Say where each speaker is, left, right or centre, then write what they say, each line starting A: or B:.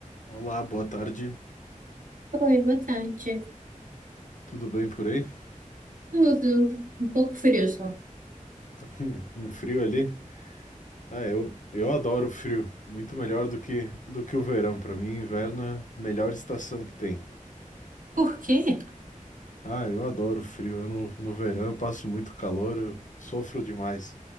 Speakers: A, on the left; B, on the right.
A: Olá, boa tarde.
B: Oi, boa tarde.
A: Tudo bem por aí?
B: Tudo um pouco frio só.
A: <laughs> Um frio ali? Ah, eu, eu adoro frio. Muito melhor do que, do que o verão. Para mim, inverno é a melhor estação que tem.
B: Por quê?
A: Ah, eu adoro frio. Eu no, no verão eu passo muito calor, eu sofro demais.